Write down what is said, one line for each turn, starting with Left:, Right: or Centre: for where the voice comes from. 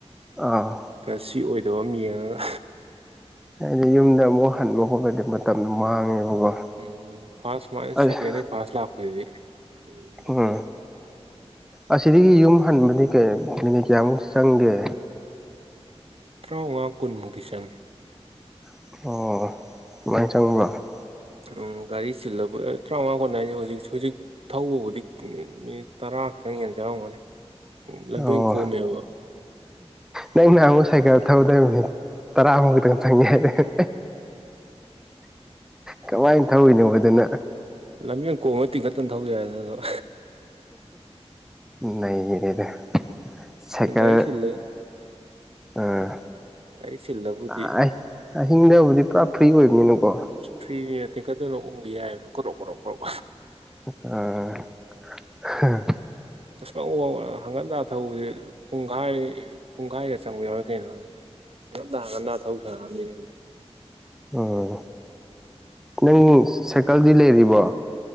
Centre: ꯑꯥ
Right: ꯀꯁꯤ ꯑꯣꯏꯗꯕ ꯑꯃ ꯌꯦꯡꯉꯒ
Centre: ꯍꯥꯏꯗꯤ ꯌꯨꯝꯗ ꯑꯃꯨꯛ ꯍꯟꯕ ꯈꯣꯠꯄꯗ ꯃꯇꯝꯗꯣ ꯃꯥꯡꯉꯦꯕꯀꯣ
Right: ꯎꯝ ꯐꯥꯔꯁ ꯁꯨꯃꯥꯏꯅ
Centre: ꯑꯁ
Right: ꯁꯦꯀꯦꯟꯗꯩ ꯐꯥꯔꯁ ꯂꯥꯛꯄꯖꯤꯗꯤ <unintelligible>
Centre: ꯎꯝ ꯑꯁꯤꯗꯒꯤ ꯌꯨꯝ ꯍꯟꯕꯗꯤ ꯀꯩ ꯃꯤꯅꯤꯠ ꯀꯌꯥꯃꯨꯛ ꯆꯪꯒꯦ
Right: ꯇꯔꯥꯃꯉꯥ ꯀꯨꯟꯃꯨꯛꯇꯤ ꯆꯪꯉꯦ
Centre: ꯑꯣ ꯑꯗꯨꯃꯥꯏ ꯆꯪꯕ꯭ꯔꯥ
Right: ꯎꯝ ꯒꯥꯔꯤ ꯆꯤꯜꯂꯕ ꯇꯔꯥꯃꯉꯥ ꯀꯨꯟ ꯍꯥꯏꯖꯦ ꯍꯧꯖꯤꯛ ꯍꯧꯖꯤꯛ ꯊꯧꯕꯕꯨꯗꯤ ꯃꯤꯅꯤꯠ ꯇꯔꯥ ꯈꯤꯇꯪ ꯍꯦꯟꯅ ꯆꯪꯉꯝꯒꯅꯤ ꯂꯝꯕꯦꯟ
Centre: ꯑꯣ
Right: ꯀꯣꯝꯃꯦꯕ
Centre: ꯅꯪ ꯅꯍꯥꯟꯃꯨꯛ ꯁꯥꯏꯀꯜ ꯊꯧꯕꯗ ꯃꯤꯅꯤꯠ ꯇꯔꯥꯃꯨꯛ ꯈꯛꯇꯪ ꯆꯪꯒꯦ ꯍꯥꯏꯗꯥꯏ ꯀꯃꯥꯏ ꯊꯧꯋꯤꯅꯣꯕ ꯑꯗꯨꯅ
Right: ꯂꯝꯕꯦꯟ ꯀꯣꯝꯃ ꯇꯤꯡꯈꯠꯇꯅ ꯊꯧ ꯌꯥꯏꯗ ꯑꯗꯨꯝ
Centre: ꯅꯩꯔꯦꯗ ꯁꯥꯏꯀꯜ
Right: ꯒꯥꯔꯤ ꯆꯤꯜꯂꯦ
Centre: ꯑꯥ
Right: ꯒꯥꯔꯤ ꯆꯤꯜꯂꯕꯨꯗꯤ
Centre: ꯑꯥꯏ ꯑꯍꯤꯡꯗꯕꯨꯗꯤ ꯄꯨꯔꯥ ꯐ꯭ꯔꯤ ꯑꯣꯏꯕꯅꯤꯅꯀꯣ
Right: ꯑꯁ ꯐ꯭ꯔꯤꯗꯤ ꯇꯦꯀꯠꯇꯅꯥ ꯎꯪꯒꯤ ꯌꯥꯏꯕ ꯀꯔꯣꯛ ꯀꯔꯣꯛ ꯀꯔꯣꯛ
Centre: ꯑ <unintelligible>
Right: <unintelligible> ꯍꯪꯒꯠ ꯍꯟꯗꯥ ꯊꯧꯕꯖꯤ ꯄꯨꯡꯒꯥꯏ ꯄꯨꯡꯒꯥꯏꯒ ꯆꯪꯕ ꯌꯥꯎꯋꯤ ꯀꯩꯅꯣ ꯑꯗꯨꯗꯤ ꯍꯡꯒꯠꯗꯥ ꯍꯡꯒꯠꯗ ꯊꯧ <unintelligible>
Centre: ꯑꯣ ꯅꯪ ꯁꯥꯏꯀꯜꯗꯤ ꯂꯩꯔꯤꯕꯣ